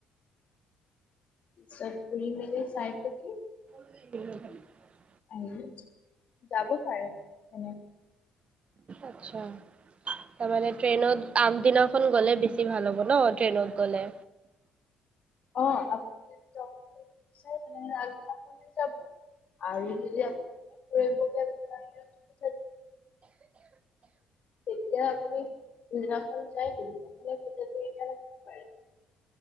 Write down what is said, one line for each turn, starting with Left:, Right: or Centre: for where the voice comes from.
Left: চব কৰি মেলি চাই পকি
Right: <unintelligible>
Left: আহি যাব পাৰে তেনে
Right: আচ্ছা তাৰমানে ট্ৰেইনত আগদিনাখন গ'লে বেছি ভাল হ'ব ন ট্ৰেইনত গ'লে
Left: অ আপুনি যনেহলে আগদিনা যাব আৰু যদি আপোনে ফত তেতিয়া আপুনিদিনাখন য সেইদিনা পাৰে